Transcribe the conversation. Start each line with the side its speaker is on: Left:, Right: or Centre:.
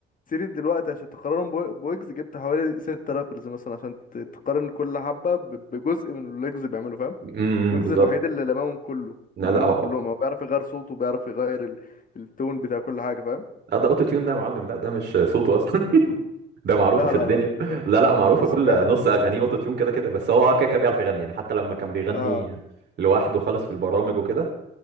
Left: سيرة دلوقتي عشان تقارنهم بوي- بويجز جبت حوالي ست رابرز مثلا عشان ت- تقارن كل حبة ب- بجزء من اللي ويجز بيعمله فاهم
Right: امم
Left: ويجز
Right: إمم، بالظبط
Left: الوحيد اللي لمامهم كله
Right: لا
Left: لمامهم
Right: لا هو
Left: كلهم هو بيعرف يغير صوته وبيعرف يغير ال- التون بتاع كل حاجة فاهم
Right: آه، ده اوتو تيون ده يا معلم لا ده مش صوته اصلا <laughs> ده معروفه
Left: لا
Right: في
Left: لا
Right: الدنيا
Left: لا بي-
Right: لا لا معروفه
Left: بس
Right: كل
Left: بي...
Right: نص اغانيه اوتو تيون كده كده بس هو آه كده كده بيعرف يغني يعني حتى لما كان بيغني
Left: اه
Right: لوحده خالص في البرامج وكده